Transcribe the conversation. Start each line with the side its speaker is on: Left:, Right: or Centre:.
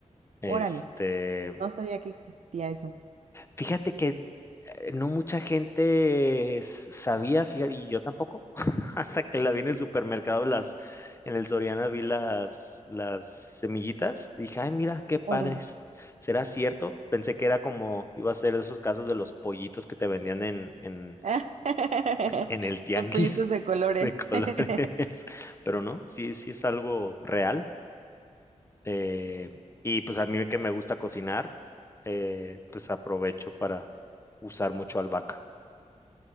Left: este,
Right: Órale, no sabía que existía eso.
Left: Fíjate que eh, no mucha gente s- sabía, fíjate, y yo tampoco, <laughs> hasta que la vi en el supermercado, las, en el Soriana vi las, las semillitas, dije, ay, mira, qué padres.
Right: Órale.
Left: ¿Será cierto? Pensé que era como, iba a ser esos casos de los pollitos que te vendían en, en,
Right: <laughs>
Left: en el tianguis
Right: Los pollitos de colores.
Left: <laughs> de colores,
Right: <laughs>
Left: pero no, sí, sí es algo real. eh, y pues a mí que me gusta cocinar, eh, pues aprovecho para usar mucho albahaca.